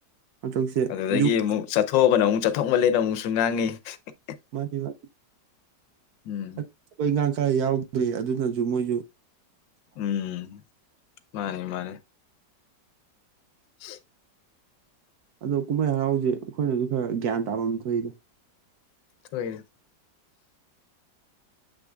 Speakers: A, on the right; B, on the left.
A: ꯍꯟꯗꯛꯁꯦ
B: ꯑꯗꯨꯗꯒꯤ
A: ꯌꯨꯝ
B: ꯑꯃꯨꯛ ꯆꯠꯊꯣꯛꯑꯒꯅ ꯑꯃꯨꯛ ꯆꯠꯊꯣꯛꯃꯜꯂꯦꯅ ꯑꯃꯨꯛꯁꯨ ꯉꯥꯡꯉꯤ <unintelligible>
A: ꯃꯥꯗꯤꯕ
B: ꯎꯝ
A: ꯑꯠ ꯊꯕꯛ ꯏꯪꯒꯥꯡ ꯈꯔ ꯌꯥꯎꯗ꯭ꯔꯤ ꯑꯗꯨꯅꯖꯨ ꯃꯣꯏꯖꯨ
B: ꯎꯝ ꯃꯥꯅꯤ ꯃꯥꯅꯤ <inaudible>
A: ꯑꯗꯣ ꯀꯨꯝꯍꯩ ꯍꯔꯥꯎꯁꯦ ꯑꯩꯈꯣꯏꯅꯁꯨ ꯈꯔ ꯒ꯭ꯌꯥꯟ ꯇꯥꯐꯝ ꯊꯣꯛꯏꯅꯦ
B: ꯍꯣꯏ